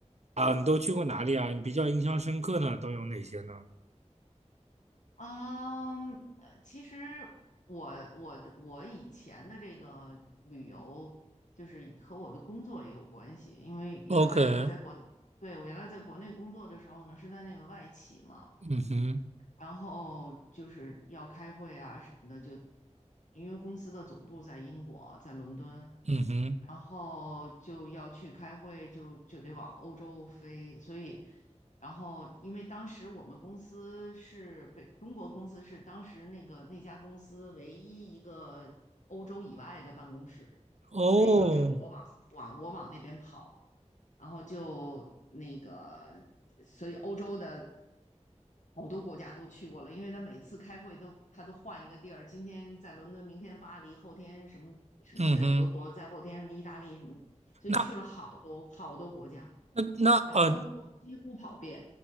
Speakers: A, on the right; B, on the left.
A: 啊，你都去过哪里啊？你比较印象深刻的都有哪些呢
B: 嗯，呃其实我我的我以前的这个旅游，就是和我的工作也有关系，因为原来我在国，
A: ？OK，
B: 对，我原来在国内工作的时候呢，是在那个外企嘛，
A: 嗯哼，
B: 然后就是要开会啊什么的，就因为公司的总部在英国，在伦敦，
A: 嗯哼，
B: 然后就要去开会，就就得往欧洲飞。所以，然后因为当时我们公司是北中国公司是当时那个那家公司唯一一个欧洲以外的办公室，
A: 哦，
B: 所以就只有我往往我往那边跑，然后就那个，所以欧洲的好多国家都去过了，因为他每次开会都他都换一个地儿，今天在伦敦，明天巴黎，后天什么什么在德国，
A: 嗯哼，
B: 再后天什么意大利什么，所以去了好多好多国家，
A: 那那那呃
B: 然后欧洲几乎跑遍。